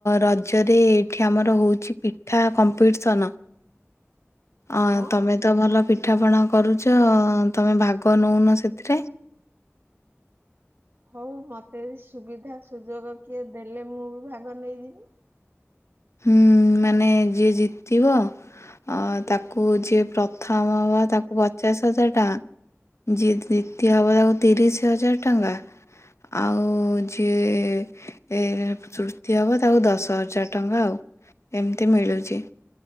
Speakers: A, on the left; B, on the right.
A: ରଜରେ ଏଠି ଆମର ହୋଉଚି ପିଠା କମ୍ପିଟିସନ୍।
B: ହଁ
A: ଅଁ ତମେ ତ ଭଲ ପି ପିଠା ପଣା କରୁଛ ତମେ ଭାଗ ନଉନ ସେଥିରେ?
B: ହଉ ମୋତେ ସୁବିଧା ସୁଯୋଗ କିଏ ଦେଲେ ମୁଁ ବି ଭାଗ ନେଇଯିବି?
A: ହୁଁ ମାନେ ଯିଏ ଜିତିବ ଅ ତାକୁ ଯିଏ ପ୍ରଥମ ହବ ତାକୁ ପଚାଶ ହଜାର ଟଙ୍କା ଯିଏ ଦ୍ଵିତୀୟ ହବ ତାକୁ ତିରିଶ ହଜାର ଟଙ୍କା ଆଉ ଯିଏ ଅ ତୃତୀୟ ହବ ତାକୁ ଦଶ ହଜାର ଟଙ୍କା ଆଉ ଏମିତି ମିଳୁଛି